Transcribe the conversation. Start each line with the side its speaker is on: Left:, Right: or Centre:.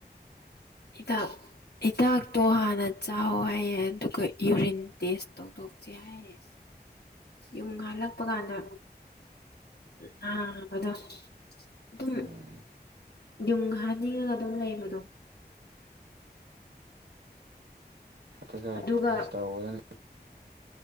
Left: ꯍꯤꯗꯥꯛ ꯍꯤꯗꯥꯛꯇꯣ ꯍꯥꯟꯅ ꯆꯥꯎ ꯍꯥꯏꯌꯦ ꯑꯗꯨꯒ ꯌꯨꯔꯤꯟ ꯇꯦꯁ ꯇꯧ ꯊꯣꯛꯁꯦ ꯍꯥꯏꯌꯦ ꯌꯨꯡ ꯍꯥꯜꯂꯛꯄ ꯀꯥꯟꯗ ꯅꯥꯕꯗꯣ ꯗꯨꯝ
Right: ꯎꯝ
Left: ꯌꯨꯡ ꯍꯥꯥꯟꯅꯤꯡꯉꯒ ꯑꯗꯨꯝ ꯂꯩꯕꯗꯣ
Right: ꯑꯗꯨꯒ
Left: ꯑꯗꯨꯒ
Right: ꯇꯦꯁ ꯇꯧꯔꯒ